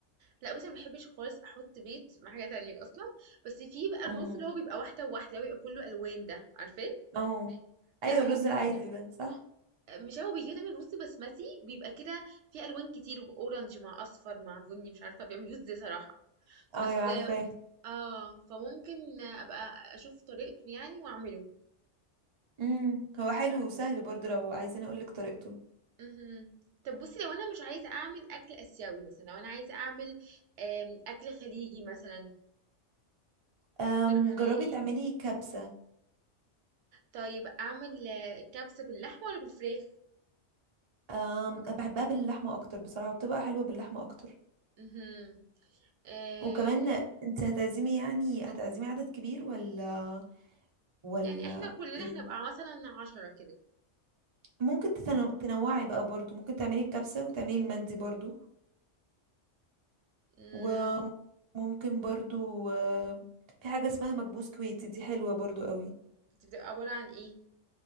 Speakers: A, on the right; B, on the right.
A: لا بس ما بحبش خالص احط بيض مع حاجه تانية اصلا بس في بقى الرز
B: امم
A: اللي
B: عارفاه
A: هو بيبقى واحده وواحده اللي هو بيبقى كله الوان ده عارفاه
B: اه
A: لا
B: ايوه الرز العادي ده صح
A: مش هو بيجيب دايما رز بسمتي وبيبقى كده فيه الوان كتير اورنج مع اصفر مع بني مش عارفه بيعملوه ازاي صراحه
B: اه
A: بس
B: ايوه عارفاه
A: اه فممكن ابقى اشوف طريقته يعني واعمله
B: امم هو حلو
A: بعد
B: وسهل برضو لو عايزين اقولك طريقته
A: مهم. طب بصي لو انا مش عايزه اعمل اكل اسيوي مثلا لو انا عايزه اعمل آم، اكل خليجي مثلا
B: أم
A: تقترح عليا
B: جربي
A: ايه
B: تعملي كبسة
A: طيب اعمل آه، كبسه باللحمه ولا بالفراخ
B: أم بحبها باللحمة اكتر بصراحة وبتبقى حلوة باللحمة اكتر
A: امم آه
B: وكمان انت هتعزمي يعني هتعزمي عدد كبير ولا ولا
A: يعني احنا كلنا
B: ايه
A: هنبقى مثلا عشرة كده
B: ممكن تتنو- تنوعي بقى برضو ممكن تعملي الكبسة وتعملي المندي برضو
A: امم
B: وممكن برضو آه، في حاجة اسمها مكبوس كويتي دي حلوة برضو قوي
A: بتبقى عباره عن ايه